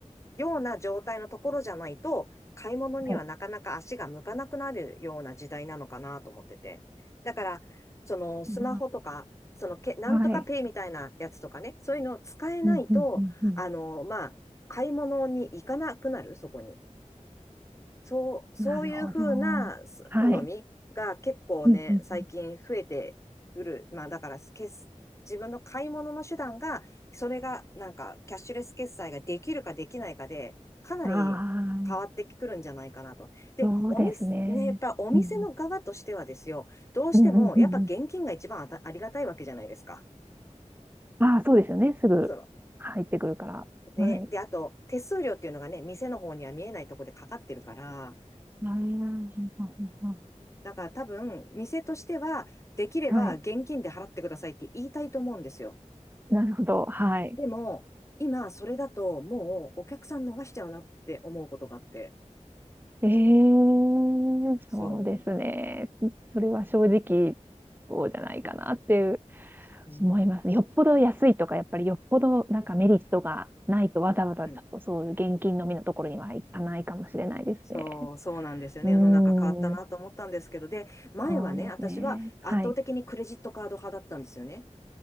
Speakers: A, on the left; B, on the right.
A: ような状態のところじゃないと、買い物にはなかなか足が向かなくなるような時代なのかなと思ってて。
B: はい。
A: だから、そのスマホとか、
B: いや
A: そのけ、なんとかペイみたいなやつとかね、
B: ーはい。
A: そういうのを使えないと、
B: うん、うん、うん、うん。
A: あの、まあ、買い物に行かなくなる、そこに。そう、そういうふうなす好みが結構ね、
B: なるほど。はい。うん、うん、
A: 最近増えてくる。まあだから決す、自分の買い物の手段が、それがなんかキャッシュレス決済ができるかできないかで、かなり変わってくるんじゃないかなと。
B: うん。ああ、
A: で、
B: そうですね。
A: お店、ね、やっぱお店の側としてはですよ、
B: うん。
A: どうしてもやっぱ現金が一番あた、
B: うん、うん、うん。うん
A: ありがたいわけじゃないですか。
B: ああ、そうですよね。すぐ入ってくるから。
A: その、ね、
B: はい。
A: で、あと手数料っていうのがね、店の方には見えないところでかかってるから、
B: ああ、うんうんうん
A: だから多分、店としては、できれば現金で払ってくださいって言いたいと思うんですよ。
B: はい。なるほど。はい。
A: でも、今、それだと、もうお客さん逃しちゃうなって思うことがあって。
B: ええそうですね。
A: そ
B: そそれは正直、そうじゃないかなっていう
A: う。うん。
B: 思います。よっぽど安いとか、やっぱりよっぽどなんかメリットがないとわざわざちょっとそういう現金のみのところには行かないかもしれないですね。
A: うん。そう、そうなんですよね。
B: うー
A: 世の中変わったなと思ったんですけど、
B: ん、
A: で、前はね、
B: そうですね。
A: 私は圧倒的にクレジットカード派だったんですよね。
B: はい。